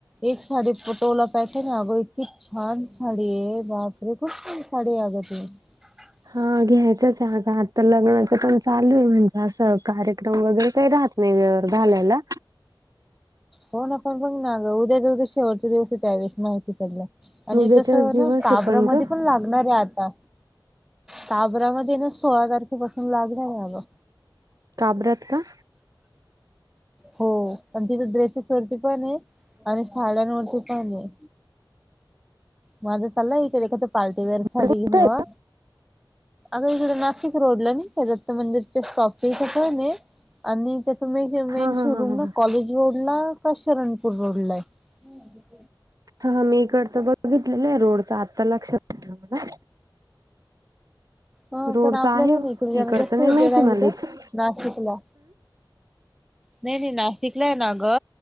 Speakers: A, in the centre; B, on the right.
A: एक साडी पटोला पॅटर्न अग इतकी छान साडी आहे बापरे खूप छान साडी अग ती ह <unintelligible>
B: हा घ्यायचंच आग आता तर लग्नाचं पण चालू आहे म्हणजे असं कार्यक्रम वगैरे काही राहत वेळेवर घालायला.
A: हो ना पण बघ ना उद्या दिवस शेवटचा दिवस हो त्यावेळेशी माहिती पडला आणि
B: उद्याच्याच
A: तस ना
B: दिवस
A: काब्रा
B: आहे
A: मध्ये
B: ग
A: पण लागणार आहे आता काबरामध्ये ना सोळा तारखेपासून लागणार आहे अगं
B: काब्रात का
A: हो आणि तिथं ड्रेसेस वरती पण आहे आणि साड्यांवरती पण आहे. माझा चाललाय विचार एखाद पार्टीवेेअर साडी
B: कुठे
A: घेऊ अ. अग इकड नाशिक रोडला निघ दत्त मंदिरच्या स्टॉप च्या इथे पण आहे. आणि त्या म
B: हा हा हा हा
A: कॉलेज रोड ला का शरणपूर रोड ला आहे. अ
B: हा मी इकडचं बघितलेलं आहे रोडच आत्ता लक्षात मला
A: ह
B: रोडच
A: पण आपल्याला
B: आहे
A: नड
B: इकडचं
A: जास्त
B: नाही माहिती
A: हे राहील
B: मला
A: तर
B: इथं
A: नाशिकला. नाही नाही नाशिकला ना ग